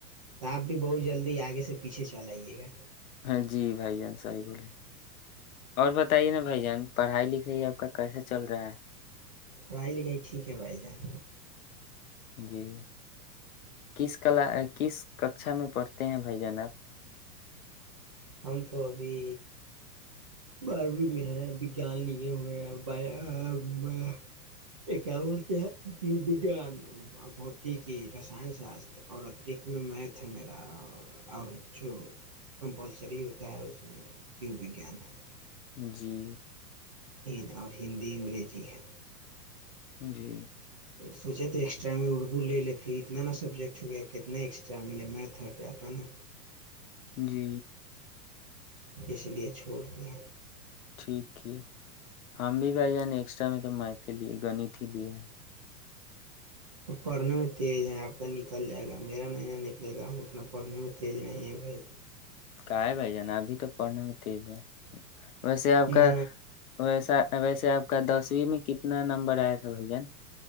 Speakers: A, on the right; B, on the left.
A: تو آپ بھی بہت جلدی آگے سے پیچھے چل آئیے گا
B: ہاں جی بھائی جان صحیح بولے اور بتائیے نا بھائی جان پڑھائی لکھائی آپ کا کیسے چل رہا ہے
A: پڑھائی لکھائی ٹھیک ہے بھائی جان
B: جی کس کلا کس ککشا میں پڑھتے ہیں بھائی جان آپ
A: ہم تو ابھی باروی میں ہے وگیان لیے ہوئے ہی بایا میں کیا بولتے ہیں کیوب دان بھوتک ہی رسائن ساستر اور اترکت میں میتھ ہے میرا اور جو بولتے ہیں شریر کا ہے اس میں جیو وگیان ہے
B: جی
A: ہ اور ہندی انگلش بھی ہے
B: جی
A: سوچے تھے ایکسٹرا میں اردو لے لیں گے اتنا نا سبجیکٹ ہو گیا کہ کتنا ایکسٹرا میں لے میں تھک جاتا نا
B: جی
A: اس لیے چھوڑ دے
B: ٹھیک کیے ہم بھی بھائی جان ایکسٹرا میں تو میتھ ہے لیے گنت ہے لیے
A: اپ پڑھنے میں تیز ہیں آپ کا نکل جائے گا میرا نہیں نہ نکلے گا ہم اتنا پڑھنے میں تیز نہیں ہیں بھائی
B: کائے بھائی جان اپ بھی تو پڑھ لیں میں تیز ہیں ویسے
A: جان
B: آپ کا
A: نہ
B: ویسا ویسے سے آپ کا دسویں میں کتنا نمبر آیا تھا بھائی جان